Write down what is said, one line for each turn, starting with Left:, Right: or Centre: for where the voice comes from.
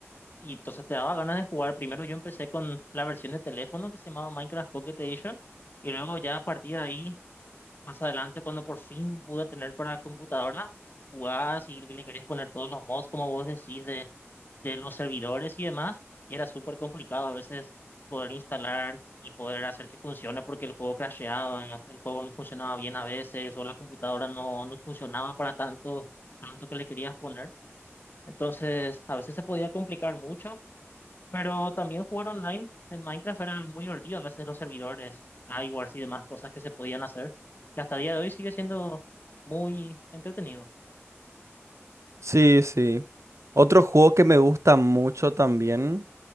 Left: y entonces te daba ganas de jugar. Primero yo empecé con la versión de teléfono que se llamaba Minecraft Pocket Edition, y luego ya a partir de ahí, más adelante, cuando por fin pude tener para computadora, jugás y le querías poner todos los mods, como vos decís, de los servidores y demás, y era súper complicado a veces poder instalar y poder hacer que funcione porque el juego crasheaba, el juego no funcionaba bien a veces, o la computadora no, no funcionaba para tanto, tanto que le querías poner. Entonces, a veces se podía complicar mucho, pero también jugar online en Minecraft era muy divertido, a veces los servidores, wars y demás cosas que se podían hacer, que hasta el día de hoy sigue siendo muy entretenido.
Right: Sí, sí. Otro juego que me gusta mucho también